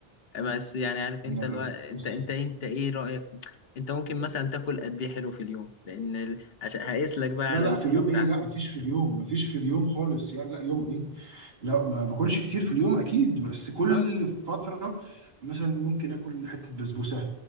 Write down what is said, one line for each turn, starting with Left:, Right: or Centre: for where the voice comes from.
Left: بس يعني عارف انت
Right: لا لا
Left: اللي هو انت
Right: بس
Left: انت انت ايه رايك انت ممكن مثلا تاكل قد ايه حلو في اليوم لان ال- عشان هقيس لك بقى
Right: لا
Left: على
Right: لا
Left: النسبه
Right: في اليوم
Left: بتاعتك
Right: ايه لا مفيش في اليوم مفيش في اليوم خالص يعني لا يوم إيه؟ لا ما باكلش كتير في اليوم اكيد بس كل
Left: اه
Right: فتره مثلا ممكن اكل حته بسبوسه